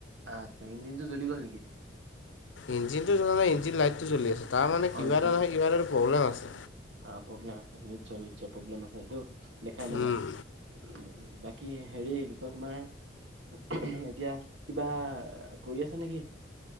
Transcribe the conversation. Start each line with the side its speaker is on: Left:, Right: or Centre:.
Right: আত, ইঞ্জিনটো জলি গ'ল নেকি?
Left: ইঞ্জিনটো জ্বলা নাই ইঞ্জিন লাইটটো জলি আছে, তাৰ মানে কিবা
Right: ইঞ্জিন
Left: এটা নহয় কিবা এটা টো প্ৰব্লেম আছে।
Right: অ প্ৰব্লেম আছে নিশ্চয় নিশ্চয় প্ৰব্লেম আছে সেইটো দেখাই ল'বা।
Left: উম
Right: উ বাকী হেৰি কি কয় তোমাৰ এতিয়া কিবা কৰি আছা নেকি?